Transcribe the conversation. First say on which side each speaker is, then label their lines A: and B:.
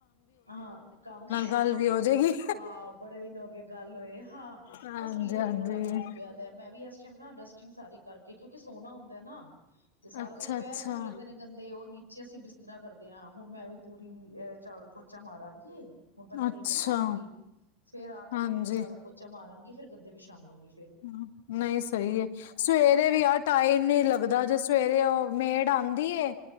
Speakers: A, on the left; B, on the left.
A: ਹਾਂ ਕਮਗੇ
B: ਗੱਲ ਵੀ ਹੋ ਜਾਏਗੀ
A: ਹਾਂ ਬੜੇ ਦਿਨ ਹੋ ਗਏ ਗੱਲ ਹੋਏ ਹਾਂ
B: ਹਾਂਜੀ
A: ਬਸ ਮੇਰਾ
B: ਹਾਂਜੀ
A: ਵੀ ਬੜਾ ਗੰਦ ਪਿਆ ਮੈਂ ਵੀ ਐਸ ਟੈਮ ਨਾ ਡਸਟਿੰਗ ਸਾਰੀ ਕਰਕੇ ਕਿਓਂਕਿ ਸੋਹਨਾ ਹੁੰਦਾ ਨਾ ਤੇ ਸਾਰਾ
B: ਅੱਛਾ
A: ਦਿਨ ਪੈਰ
B: ਅੱਛਾ
A: ਪੂੂਰ ਲੱਗਦੇ ਨੇ ਗੰ ਤੇ ਓ ਨੀਚੇ ਅਸੀਂ ਬਿਸਤਰਾ ਕਰਦੇ ਆਂ ਹੁਨ ਮੈਂ ਵੀ ਪੂਰੀ ਅ ਝਾੜੂ ਪੋ ਪੋਚਾ ਮਾਰਾਂਗੀ ਹੁਨ ਪੈਲੇ ਡਿਨਰ
B: ਅੱਛਾ
A: ਬਨਾਵਾਂਗੀ, ਫੇਰ ਆ ਕੇ
B: ਹਾਂਜੀ
A: ਰੂਮ ਵਿਚ ਝਾੜੂ ਪੋ ਚਾ ਮਾਰਾਂਗੀ ਫਿਰ ਗੱਦੇ ਵਿਛਾਵਾਂਗੇ।
B: ਹੂੰ, ਨਈ ਸਈ ਏ। ਸਵੇਰੇ ਵੀ ਆਹ ਟਾਈਮ ਨੀ ਲੱਗਦਾ ਜੇ ਸਵੇਰੇ ਓ ਮੇਡ ਆਦੀਂ ਏ